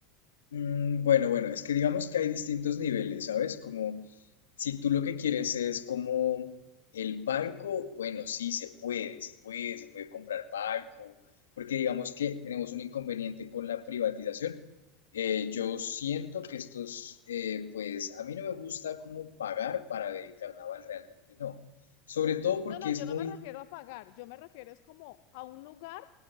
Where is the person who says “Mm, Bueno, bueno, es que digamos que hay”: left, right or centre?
Left